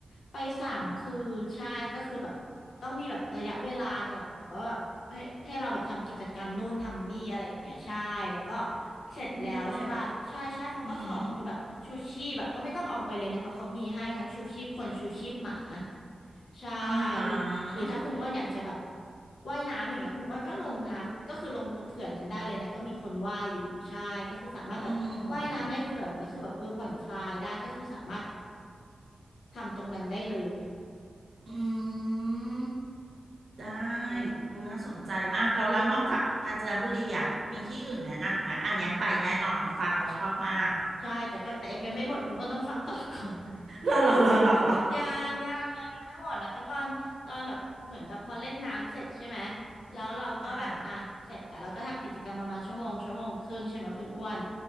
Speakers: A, on the left; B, on the right.
A: ไปสามคืนใช่ก็คือแบบต้องมีแบบระยะเวลาหน่อยอะว่าแบบให้ให้เราแบบทำกิจกรรมนู่นทำนี่อะไรอย่างเงี้ยใช่แล้วก็เสร็จแล้วใช่ป่ะใช่ใช่เขาก็สอนคือแบบชูชีพแบบก็ไม่ต้องเอาไปเลยนะเพราะเขามีให้ทั้งชูชีพคนชูชีพหมา
B: เลิศอืม
A: ใช่หรือถ้าคุณอ้วนอยากจะแบบ
B: อาหาร
A: ว่ายน้ำอย่างเงี้ยคุณอ้วนก็ลงน้ำก็คือลงตรงเขื่อนนั้นได้เลยนะก็มีคนว่ายอยู่ใช่ก็คือสามารถแบบว่ายน้ำในเขื่อนก็คือแบบเออผ่อนคลายได้ก็คือสามารถ
B: อืม
A: ทำตรงนั้นได้เลย
B: อืมได้
A: อืม
B: ดูน่าสนใจมากแล้วแล้วนอกจากกาญจนบุรีอ่ะมีที่อื่นแนะนำอีกไหมอันเนี้ยไปแน่นอนฟังเราชอบมาก
A: ใช่แต่ก็แต่ยังไม่หมดคุณอ้วนต้องฟังต่อก่อน
B: หรอหรอหรอหรอหรอ
A: ยังยังยังยังไม่หมดแล้วก็ตอนตอนแบบเหมือนแบบพอเล่นน้ำเสร็จใช่ไหมแล้วเราก็แบบอ่ะเสร็จแล้วเราก็ทำกิจกรรมประมาณชั่วโมงชั่วโมงครึ่งใช่ไหมคุณอ้วน
B: อ่าฮะ